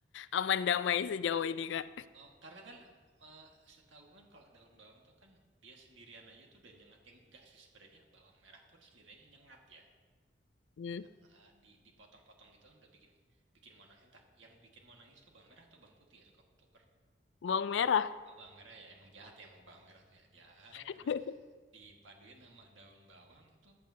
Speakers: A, on the left; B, on the right.
A: aman damai sejauh ini, Kak.
B: Oh, karena kan eh, setahu kan kalau daun bawang tuh kan dia sendirian aja tuh udah nyengat yang nggak sih sebenarnya bawang merah pun sendiriannya nyengat ya
A: Hmm.
B: karena di dipotong-potong gitu kan udah bikin bikin mau nangis entar yang bikin mau nangis tuh bawang merah atau bawang putih ya suka kutuker
A: Bawang merah.
B: Oh bawang merah ya emang jahat ya emang bawang merah tuh ya jahat.
A: <laughs>
B: Terus dipaduin sama daun bawang itu